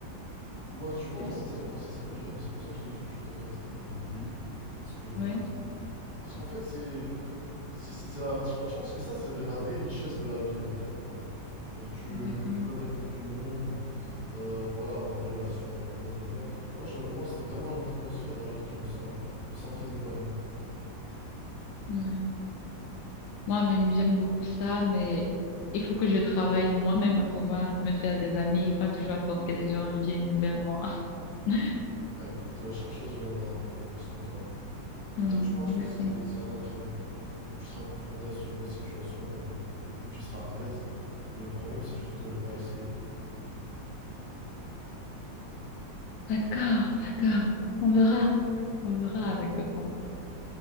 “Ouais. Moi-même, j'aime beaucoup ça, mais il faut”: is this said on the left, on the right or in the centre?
Left